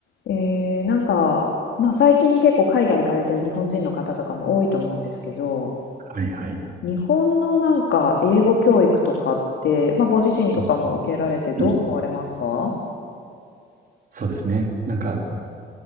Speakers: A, on the left; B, on the right.
A: えー、なんか、まあ、最近結構海外行かれてる日本人の方とかも多いと思うんですけど、
B: はいはい。
A: 日本のなんか英語教育とかって、まあ、ご自身とかも受けられてどう思われますか
B: うんうんそうですね。なんか、